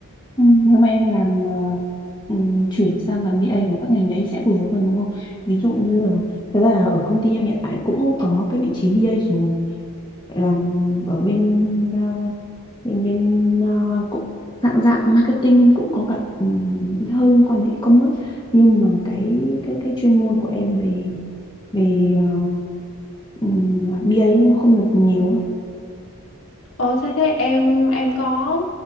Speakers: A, on the left; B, on the left.
A: Ừ, nếu mà em làm ờ, ừm, chuyển sang làm bê A của các ngành đấy sẽ phù hợp hơn đúng không? Ví dụ như là thật ra là ở công ty em hiện tại cũng có cái vị trí bê A rồi làm ở bên ờ, bên bên ờ, cũng dạng dạng marketing cũng có cả ừm, hơi liên quan đến e-commerce nhưng mà cái cái cái chuyên môn của em về về ờ, ừm, BA ấy nó không được nhiều
B: Ờ thế thế em em có